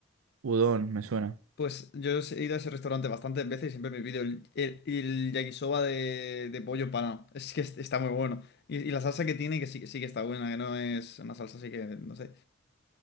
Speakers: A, on the right (about 85°); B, on the left (about 55°).
A: Udon, me suena.
B: Pues yo he ido a ese restaurante bastantes veces y siempre me pido el, el, el yakisoba de, de pollo empanado. Es que est- está muy bueno. Y, y la salsa que tiene, que sí, que sí que está buena, que no es una salsa así que, no sé.